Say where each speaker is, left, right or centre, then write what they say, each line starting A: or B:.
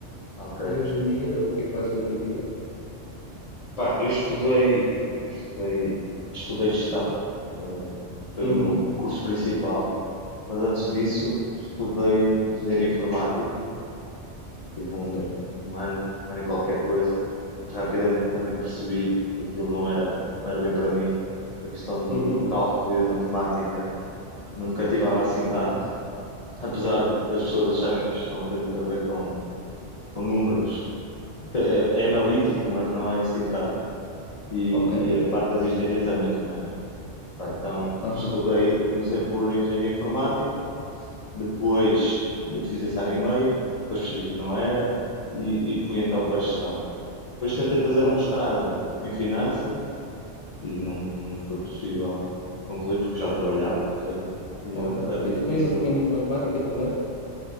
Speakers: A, on the left (about 55°); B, on the left (about 70°).
A: ok.
B: E hoje em dia, o que é que fazes da tua vida?
A: Pá, eu estudei, eu estudei, estudei gestão, eh, foi
B: Uhum,
A: o meu curso principal, mas antes disso estudei engenharia informática. Pá, tive um,
B: certo.
A: um ano, um ano e qualquer coisa, mas rapidamente também percebi que aquilo não era, não era bem para mim. A questão do,
B: Uhum,
A: do cálculo e da matemática não me cativava assim tanto, apesar
B: certo.
A: das pessoas acharem que gestão tem muito a ver com, com números. Então, É, é analítico, mas não é assim tanto. E,
B: Ok.
A: e a parte das engenharias é muito mais. Pá, então
B: Aham,
A: estudei, comecei por engenharia informática, depois fiz esse ano e meio, depois percebi que não era e, e fui então para a gestão. Depois tentei fazer
B: ok.
A: um mestrado em finanças e não, não me foi possível concluir porque já trabalhava, percebes? E
B: Ok.
A: era um bocado
B: Eu
A: difícil
B: também não tinha muita matemática também.